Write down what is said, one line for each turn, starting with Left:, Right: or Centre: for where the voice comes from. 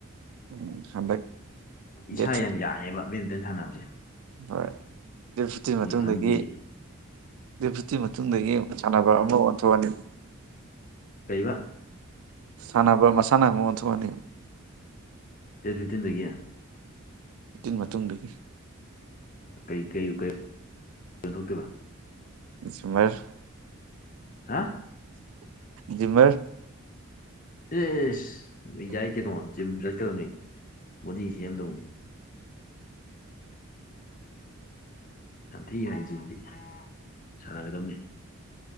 Right: ꯎꯝ ꯍꯟꯗꯛ
Left: ꯏꯁꯥ
Right: ꯗꯦꯠ
Left: ꯌꯥꯝ ꯌꯥꯡꯉꯦꯕ ꯕꯦꯠꯃꯤꯟꯇꯟ ꯁꯥꯟꯅꯕꯖꯦ
Right: ꯍꯣꯏ ꯗꯦꯠ ꯐꯤꯞꯇꯤꯟ ꯃꯇꯨꯡꯗꯒꯤ
Left: ꯐꯟꯕꯤ
Right: ꯗꯦꯠ ꯐꯤꯞꯇꯤꯟ ꯃꯇꯨꯡꯗꯒꯤ ꯁꯥꯟꯅꯕ ꯑꯃ ꯑꯣꯟꯊꯣꯛꯑꯅꯤ
Left: ꯀꯩꯕ
Right: ꯁꯥꯟꯅꯕ ꯃꯁꯥꯟꯅ ꯑꯃꯨꯛ ꯑꯣꯟꯊꯣꯛꯑꯅꯤ
Left: ꯗꯦꯠ ꯐꯤꯞꯇꯤꯟꯗꯒꯤ
Right: ꯐꯤꯞꯇꯤꯟ ꯃꯇꯨꯡꯗꯒꯤ
Left: ꯀꯩ ꯀꯩ ꯀꯩ ꯊꯣꯛꯇꯣꯏꯕ
Right: ꯁꯨꯃꯔ
Left: ꯍꯥ
Right: ꯖꯤꯝꯃꯔ
Left: ꯑꯦꯁ ꯌꯥꯏ ꯀꯩꯅꯣ ꯖꯤꯝ ꯆꯠꯀꯗꯕꯅꯤ ꯕꯣꯗꯤ ꯁꯦꯝꯗꯧꯅꯤ ꯌꯥꯝ ꯊꯤꯅ ꯌꯥꯢ ꯖꯤꯝꯗꯤ ꯁꯥꯟꯅꯒꯗꯝꯅꯤ